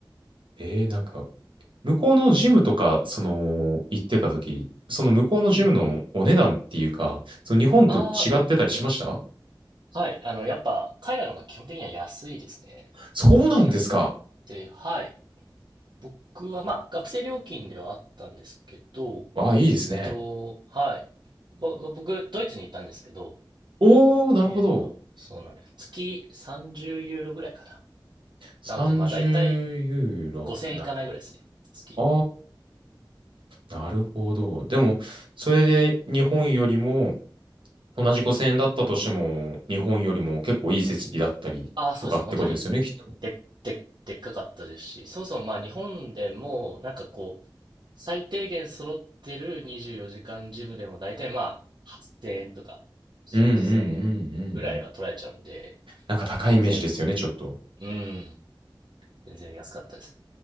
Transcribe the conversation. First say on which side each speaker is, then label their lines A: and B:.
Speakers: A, on the right; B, on the right.
A: ええなんか、向こうのジムとか、その、行ってた時、その向こうのジムのお値段っていうか、
B: うん、うん。
A: その日本と違ってたりしました
B: ああ、うん、うん、うん。はい。あの、やっぱ、海外の方が基本的には安いですね。
A: そうなんですか。
B: 全然安くって、はい。僕は、まあ、学生料金ではあったんですけど、
A: わあ、いいですね。
B: えっと、はい。ぼ、ぼ僕、ドイツにいたんですけど、
A: おー、なるほど。
B: えっと、そうなんです。月30ユーロぐらいかな。
A: 30ユーロってなると、
B: なんで、まあ、だいたい5000いかないぐらいですね。月。
A: ああ、なるほど。でも、それで日本よりも、
B: そう
A: 同じ5000円だったとしても、日本よりも結構いい設備だったりとかってことですよね、
B: ああ、そうですね。本当に
A: きっと。
B: で、で、でっかかったですし、そもそもまあ、日本でも、なんかこう、最低限揃ってる24時間ジムでも大体まあ8000円とか9000円ぐらいは取られちゃうんで、
A: うんうんうんうんうん。なんか高いイメージですよね、
B: 全然、
A: ちょっと。
B: うん、全然安かったですね。